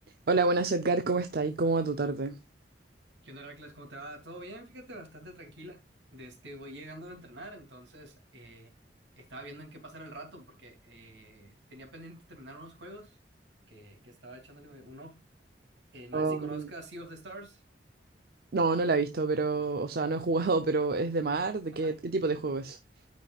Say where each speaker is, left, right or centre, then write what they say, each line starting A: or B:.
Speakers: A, on the right; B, on the right.
A: Hola, buenas Edgar, ¿cómo está? ¿Y cómo va tu tarde?
B: ¿Qué onda, Heracles? ¿Cómo te va? ¿Todo bien? Fíjate, bastante tranquila. De este, voy llegando a entrenar, entonces eh, estaba viendo en qué pasar el rato porque eh, tenía pendiente terminar unos juegos que, que estaba echándole un ojo. Eh, no
A: Um,
B: sé si conozcas Sea of the Stars.
A: no, no la he visto, pero, o sea, no he jugado, pero ¿es de mar? ¿De
B: Ajá.
A: qué, qué tipo de juego es?